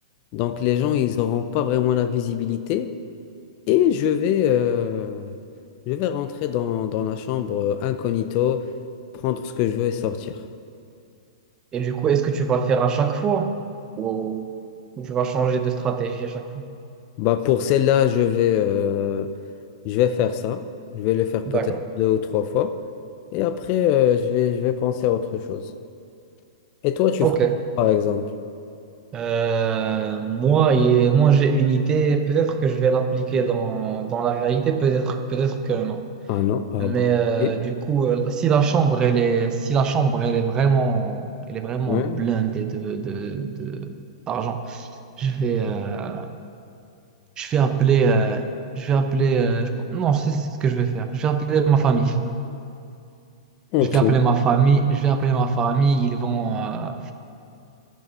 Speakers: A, on the left; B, on the right.
A: Donc les gens, ils n'auront pas vraiment la visibilité. Et je vais, euh, je vais rentrer dans, dans la chambre euh, incognito, prendre ce que je veux et sortir.
B: Et du coup, est-ce que tu vas le faire à chaque fois ou, ou tu vas changer de stratégie à chaque fois?
A: Bah pour celle-là, je vais, euh, je vais faire ça. Je vais le faire
B: D'accord.
A: peut-être deux ou trois fois. Et après, euh, je vais, je vais penser à autre chose. Et toi, tu
B: Ok.
A: ferais quoi, par exemple?
B: Euh, moi, et, moi, j'ai une idée. Peut-être que je vais l'appliquer dans, dans la réalité. Peut-être, peut-être que non.
A: Ah non? Ah
B: Mais
A: bon?
B: euh,
A: Ok.
B: du coup, euh, si la chambre, elle est, si la chambre, elle est vraiment, elle est vraiment
A: Ouais.
B: blindée de, de, de- d'argent, je vais, euh, je vais appeler, euh, je vais appeler, euh, je pense- non, c'est c'est ce que je vais faire. Je vais appeler ma famille.
A: Ok.
B: Je vais appeler ma famille, je vais appeler ma famille, ils vont, euh,